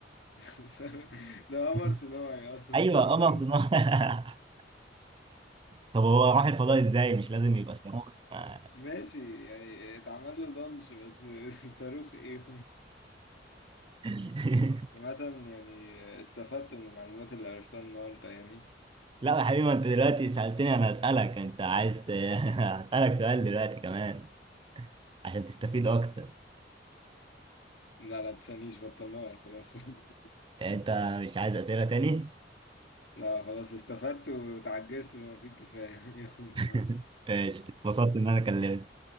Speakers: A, on the left; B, on the right.
A: <laughs> صاروخ- ده قمر
B: <laughs>
A: صناعي اصلا
B: ايوه
A: <laughs>
B: قمر
A: صاروخ
B: صناعي <laughs> طب هو راح الفضاء ازاي مش لازم يبقى صاروخ ما-
A: ماشي يعني اتعمل له لونش بس <laughs> صاروخ ايه
B: <laughs> <laughs>
A: عامة يعني استفدت من المعلومات اللي عرفتها النهاردة يعني
B: لا يا حبيبي ما انت دلوقتي سألتني انا هسألك انت عايز ت... <laughs> هسألك سؤال دلوقتي كمان عشان تستفيد اكتر
A: لا لا تسألنيش بطلناها خلاص <laughs>
B: يعني انت مش عايز أسئلة تاني
A: لا خلاص استفدت وتعجزت بما فيه الكفاية <laughs> يلا
B: <laughs> ماشي اتبسطت ان انا كلمتك